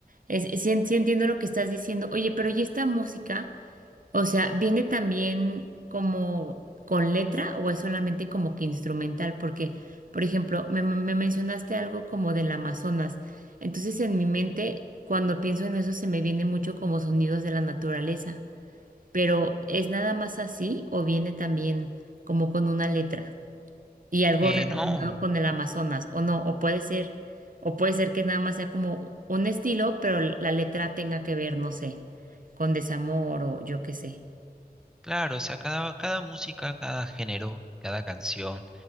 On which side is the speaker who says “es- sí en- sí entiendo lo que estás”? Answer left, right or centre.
Right